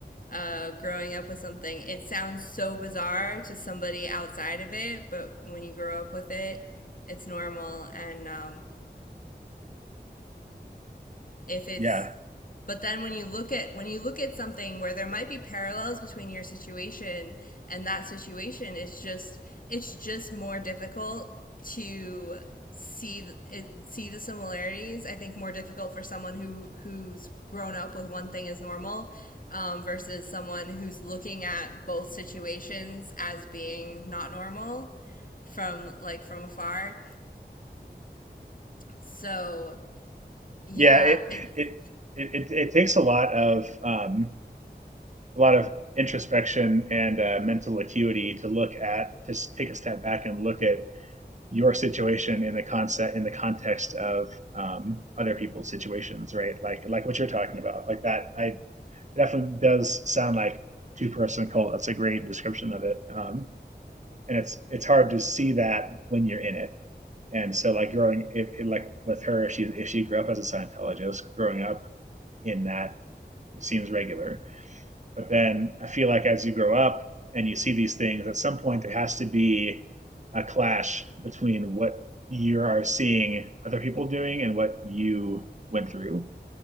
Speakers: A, on the left; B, on the right.
A: uh, growing up with something. It sounds so bizarre to somebody outside of it, but when you grow up with it, it's normal. And um, if it's
B: Yeah.
A: But then when you look at when you look at something where there might be parallels between your situation and that situation, it's just it's just more difficult to see th- it- see the similarities. I think more difficult for someone who who's grown up with one thing as normal um, versus someone who's looking at both situations as being not normal from like from afar. So yeah,
B: Yeah. It,
A: it's
B: it, it, it, it takes a lot of, um, a lot of introspection and uh, mental acuity to look at, to s- take a step back and look at your situation in the concept, in the context of um, other people's situations, right? Like, like what you're talking about, like that, I definitely does sound like two person cult. That's a great description of it. Um, and it's, it's hard to see that when you're in it. And so like growing, if, if, like with her, if she, if she grew up as a Scientologist growing up, in that it seems regular. But then I feel like as you grow up and you see these things, at some point there has to be a clash between what you are seeing other people doing and what you went through.